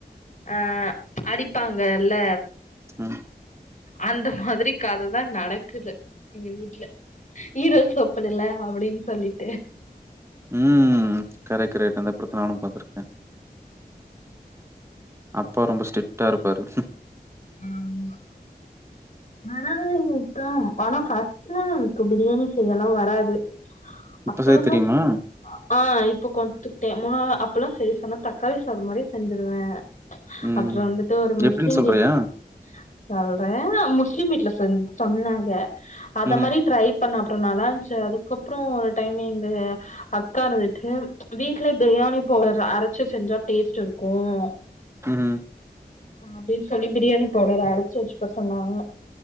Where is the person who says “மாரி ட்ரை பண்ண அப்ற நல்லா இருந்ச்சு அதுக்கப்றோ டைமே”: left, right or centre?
Left